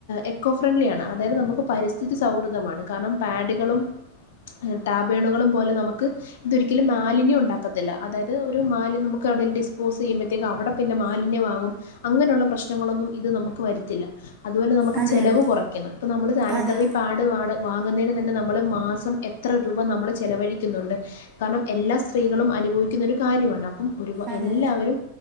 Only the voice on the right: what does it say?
അതെ
അതെ അതെ അതെ
അതെ
അതെ